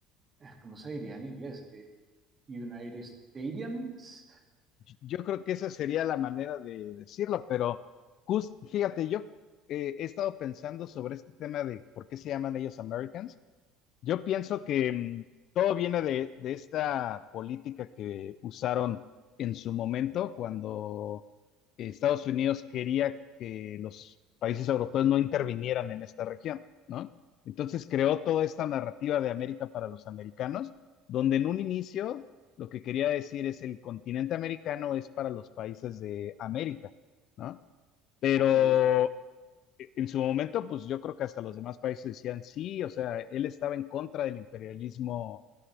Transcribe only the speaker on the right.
¿cómo se diría en inglés? Eh, United Stadiums.
Ok,